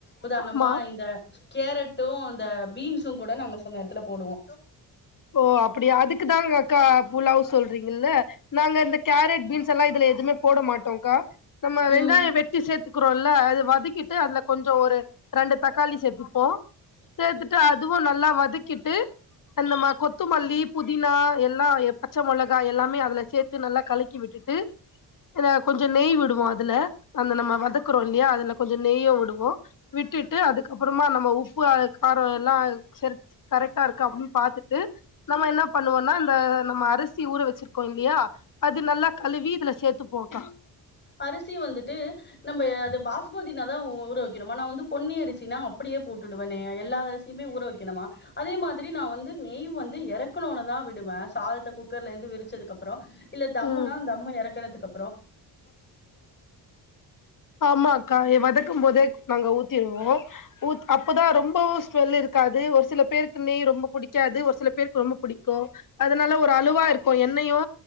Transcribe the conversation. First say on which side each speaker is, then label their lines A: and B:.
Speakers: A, on the left; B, on the left.
A: உதாரணமா
B: ஆமா
A: இந்த கேரட்டு இந்த பீன்ஸு கூட நாங்க சில நேரத்துல போடுவோ
B: ஓ அப்படியா அதுக்குதாங்க அக்கா புலாவ் சொல்றீங்கல்ல நாங்க இந்த கேரட் பீன்ஸ் எல்லா இதுல எதுமே போட மாட்டோன்க்கா நம்ம வெங்காய
A: ம்
B: வெட்டி சேத்துக்கிறோல்ல அது வதக்கிட்டு அதுல கொஞ்சோ ஒரு ரெண்டு த தக்காளி சேத்துப்போ சேத்துட்டு அதுவு நல்லா வதக்கிட்டு அந்த மசா கொத்துமல்லி புதினா எல்லா பச்சை மொளகா எல்லாமே அதுல சேத்து நல்லா கலக்கி விட்டுட்டு ஏன கொஞ்ச நெய் விடுவோ அதுல அந்த நம்ம வதக்குறோ இல்லையா அது ல கொஞ்ச நெய்ய விடுவோ விட்டுட்டு அதுக்கப்புறமா நம்ம உப்பு ஆ கார எல்லா செரி கரெக்டா இருக்கா அப்டின்னு பாத்துட்டு து நம்ம என்னா பண்ணுவோன்னா இந்த நம்ம அரிசி ஊற வச்சிருக்கோ இல்லையா அது நல்லா கழுவி இதுல சேத்துப்போக்கா
A: அரிசி வந்துட்டு நம்ம அது பாஸ் சுமதினா தா ஊரவைக்கணுமா நா வந்து பொன்னி அரிசினா அப்படியே போட்டுடுவேனே எல்லா அரிசியுமே ஊறவைக்கணுமா அதே மாதிரி நா வந்து நெய் வ ந்து இறக்குனோனேதா விடுவே சாதத்த குக்கர்ல இருந்து விரிச்சதுக்கு அப்புற இல்ல தம்முனா
B: ம்
A: தம்ம இறக்கனதுக்கு அப்
B: ஆமா அக்கா எ வத க்கும் போதே நாங்க ஊத்திருவோ ஊத் அப்பதா ரொம்பவு ஸ்மெல் இருக்காது ஒரு சில பேருக்கு நெய் ரொம்ப பிடிக்காது ஒரு சில பேருக்கு ரொம்ப பிடிக்கு அதனால ஒரு அழுவா இருக்கு எண்ணெயு